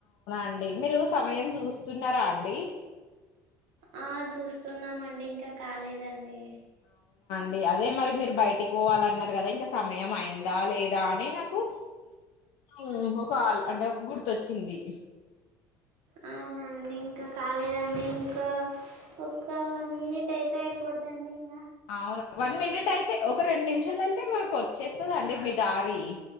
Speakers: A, on the left (about 65°); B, on the right (about 70°).
A: అండి మీరు సమయం చూస్తున్నారా అండి
B: ఆ చూస్తున్నామండి ఇంకా కాలేదండి
A: డి అదే మరి మీరు బయటికి పోవాలన్నారు కదా ఇంకా సమయం అయిందా లేదా అని నాకు ఉమ్ ఒక ఆల్ అంటే గుర్తొచ్చింది
B: ఆ అవునండి ఇంకా కాలేదండి ఇంకా ఒక వన్ మినిట్ అయితే అయిపోద్దండి ఇం
A: అవును వన్ మినిట్ అయితే ఒక రెండు నిమి నిమిషాలంటే మాకు వచ్చేస్తుందండి మీ దారి